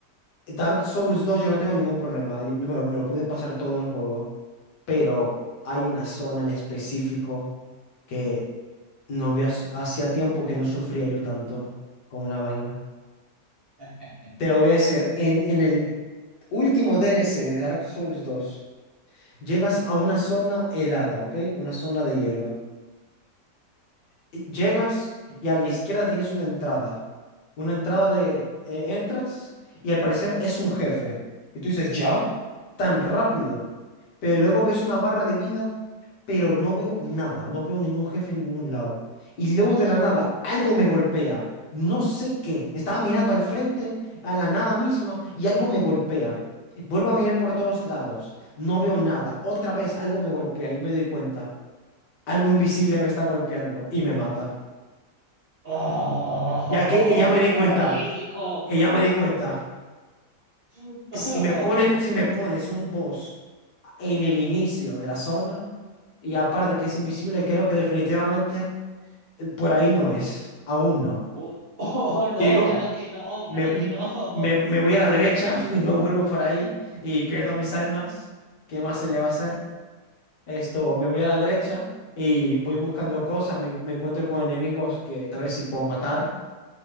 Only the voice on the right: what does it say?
<laughs>
¡Oh,
qué
terrorífico!
<laughs>
Oh, oh, no,
claro que no, claro
que no.